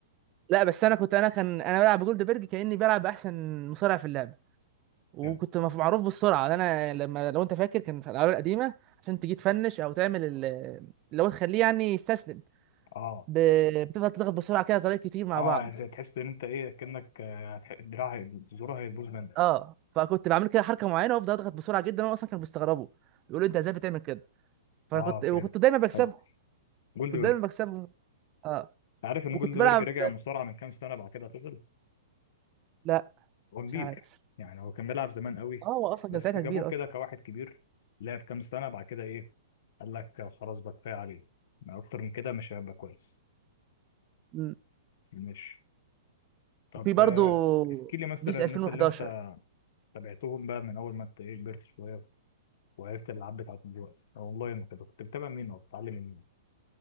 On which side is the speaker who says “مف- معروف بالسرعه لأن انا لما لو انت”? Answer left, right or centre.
Right